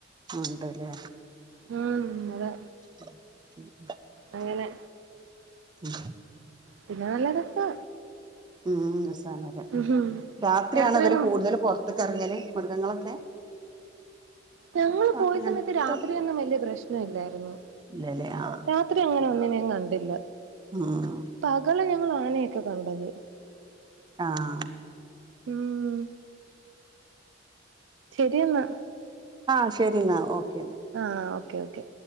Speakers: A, on the right; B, on the right.
A: ഉണ്ട് ലെ
B: ഉം അതെ
A: ആ ഉ
B: അങ്ങനെ
A: ഉം
B: പിന്നെ നല്ല രസാ
A: ഉം രാസാണറിയ
B: ഉം
A: രാത്രിയാണ്
B: രാത്രിയൊന്നും
A: അവര് കൂടുതൽ പുറത്ത് ക്കെറങ്ങല് മൃഗങ്ങളൊക്കെ
B: ഞങ്ങള് പോയ
A: അങ്ങനത്തെ
B: സമയത്ത് രാത്രിയൊന്നും വലിയ പ്രശ്ന ഇല്ലായിരുന്നു
A: ഇല്ലല്ലേ ആഹ്
B: രാത്രി അങ്ങനെ ഒന്നിനെയും കണ്ടില്ല
A: ഉം
B: പ പകലന്നെണ് ഞങ്ങള് ആനയൊക്കെ കണ്ടത്
A: ആഹ
B: ഉം ശരിയെന്നാ
A: ആഹ ശരി എന്നാ ഓക്കെ
B: ആഹ ഓക്കേ ഓക്കേ